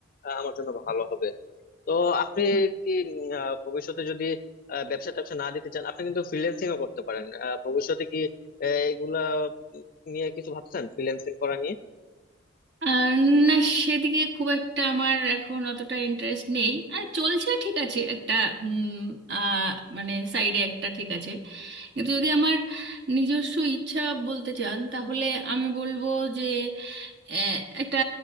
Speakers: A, on the left; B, on the right.
A: আহ, আমার জন্য ভালো হবে তো আপনি কি উম, আহ, ভবিষ্যতে যদি আহ, ব্যবসা ট্যাবসা না দিতে চান আপনি কিন্তু ফ্রিল্যান্সিং ও করতে পারেন আহ, ভবিষ্যতে কি আহ, এগুলা নিয়ে কিছু ভাবছেন ফ্রিল্যান্সিং করা নিয়ে
B: আর না সেদিকে খুব একটা আমার এখন অতটা ইন্টারেস্ট নেই আর চলছে ঠিক আছে একটা উম, আহ, মানে সাইডে একটা ঠিক আছে কিন্তু যদি আমার নিজস্ব ইচ্ছা বলতে চান তাহলে আমি বলবো যে আহ, একটা